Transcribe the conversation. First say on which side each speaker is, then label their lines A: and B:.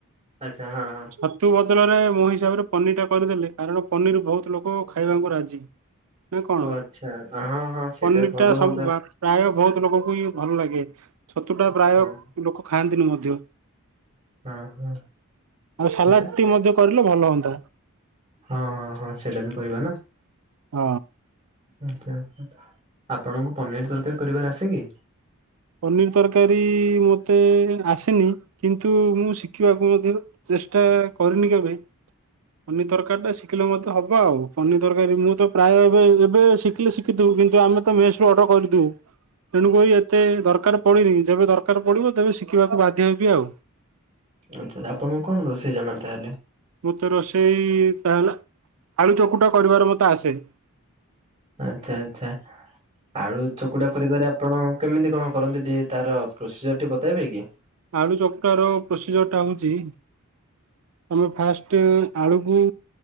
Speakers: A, on the right; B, on the right.
A: ଆଚ୍ଛା ହଁ ହଁ।
B: ଛତୁ ବଦଳରେ ମୋ ହିସାବରେ ପନିରଟା କରିଦେଲେ କାରଣ ପନିର ଭଉତ୍ ଲୋକ ଖାଇବାଙ୍କୁ ରାଜି।
A: ହ
B: ନାଁ କଣ?
A: ଛା ଅ ହଁ ହଁ ସେଇଟା
B: ପନିର
A: ଭଲ
B: ଟା
A: ହୁଅନ୍ତା।
B: ସବୁ ବା- ପ୍ରାୟ ବହୁତ ଲୋକଙ୍କୁ ହିଁ ଭଲ ଲାଗେ ଛତୁଟା ପ୍ରାୟ
A: ହଁ
B: ଲୋକ ଖାଆନ୍ତିନି ମଧ୍ୟ
A: ହଁ ହଁ
B: ଆଉ ସାଲାଡ଼
A: ଆଚ୍ଛା
B: ଟି ମଧ୍ୟ କରିଲେ ଭଲ ହନ୍ତା‌‌।
A: ହଁ ହଁ ହଁ ସେଇଟା ବି କରିବା ନା।
B: ଅ।
A: ଆଚ୍ଛା ଆଚ୍ଛା ତ ଆପଣଙ୍କୁ ପନିଅରୀ ତରକାରୀ କରିବାର ଆସେ କି?
B: ପନିର ତରକାରୀ ମତେ ଆସେନି କିନ୍ତୁ ମୁଁ ଶିଖିବାକୁ ମଧ୍ୟ ଚେଷ୍ଟା କରିନି କେବେ। ପନିର ତରକାରୀଟା ଶିକିଲେ ମତେ ହବ ଆଉ ପନିର ତରକାରୀ ମୁଁ ତ ପ୍ରାୟ ଏବେ ଏବେ ଶି ଖିଲେ ଶିଖିଥୁ କିନ୍ତୁ ଆମେ ତ ମେସ୍ ରୁ ଅଡ଼ର୍ କରିଦୋଉ।
A: ହଁ
B: ତେଣୁ କରି ଏତେ ଦରକାର ପଡ଼ିନି ଯେବେ ଦରକାର ପଡ଼ିବ ତେବେ ଶିକିବାକୁ ବାଧ୍ୟ ହେବି ଆଉ।
A: ଆଚ୍ଛା ଆପଣ କଣ ରୋଷେଇ ଜାଣ ତାହେଲେ?
B: ମତେ ରୋଷେଇ ତାହେଲେ ଆଳୁ ଚକୁଟା କରିବାର ମତେ ଆସେ
A: ଆଚ୍ଛା ଆଚ୍ଛା ଆଳୁ ଚକୁଡ଼ା କରିବାରେ ଆପଣ କେମିତି କଣ କରନ୍ତି ଟିକେ ତାର ପ୍ରୋସିଜର ଟିଏ ବତେଇବେ କି?
B: ଆଳୁ ଚକୁଟାର ପ୍ରୋସିଜର୍ ଟା ହଉଚି ତମେ ଫାଷ୍ଟେ ଆଳୁକୁ